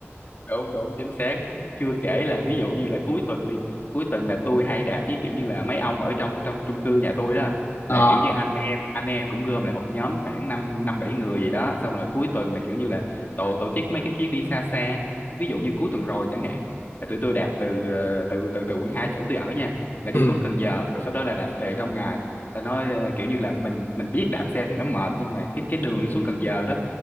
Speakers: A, on the left; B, on the left.
A: đúng đúng chính xác chưa kể là ví dụ như là cuối tuần đi cuối tuần là tôi hay đạp với kiểu như là mấy ông ở trong trong chung cư nhà tôi đó
B: Ờ,
A: là kiểu như anh em anh em cũng gom lại một nhóm khoảng năm năm bảy người gì đó xong rồi cuối tuần là kiểu như là tổ tổ chức mấy cái chuyến đi xa xa ví dụ như cuối tuần rồi chẳng hạn là tụi tôi đạp từ ờ, từ từ từ quận hai chỗ tôi ở nha là đi
B: <laughs> ừ.
A: xuống Cần Giờ rồi sau đó là đạp về trong ngày ta nói ờ, kiểu như là mình mình biết đạp xe thì nó mệt nhưng mà cái cái đường đi xuống Cần Giờ đó